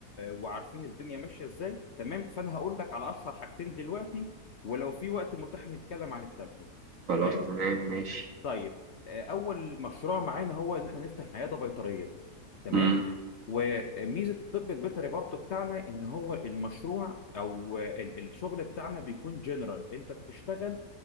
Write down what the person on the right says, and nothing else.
خلاص
تمام ماشي
مم.